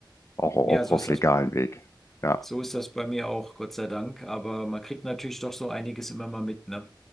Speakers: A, on the left; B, in the centre.
A: auch, auch
B: Ja, so
A: auf
B: ist
A: legalen
B: das,
A: Weg. Ja.
B: so ist das bei mir auch, Gott sei Dank. Aber man kriegt natürlich doch so einiges immer mal mit, ne?